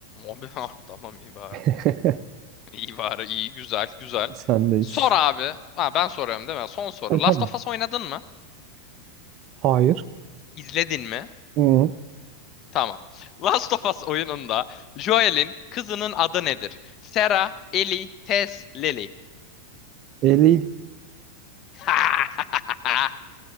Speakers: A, on the left; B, on the right.
A: Abi <laughs> ah, tamam iyi bari.
B: <laughs>
A: İyi bari iyi güzel güzel.
B: Sendeyiz.
A: Sor abi. Ha, ben soruyorum değil mi? Son soru.
B: E
A: Last
B: tamam.
A: of Us oynadın mı?
B: Hayır.
A: İzledin mi?
B: Hı.
A: Tamam. <laughs> Last of Us oyununda Joel'in kızının adı nedir? Sarah, Ellie, Tess, Lily.
B: 50.
A: <laughs>